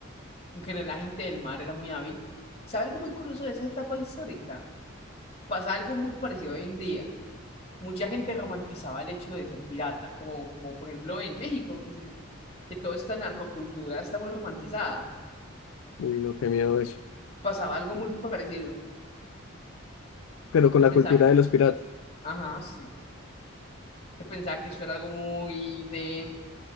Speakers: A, on the left; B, on the left.
A: En general, la gente del mar era muy hábil. ¿Sabe algo muy curioso de esa etapa histórica? Pasa algo muy parecido hoy en día. Mucha gente romantizaba el hecho de ser pirata, como, como por ejemplo en México, que, se- que toda esta narcocultura está muy romantizada.
B: Uy, no, qué miedo eso.
A: Pasaba algo muy parecido.
B: Pero con
A: Se
B: la
A: pensaba,
B: cultura de los piratas.
A: ajá, sí. Se pensaba que eso era algo muy de,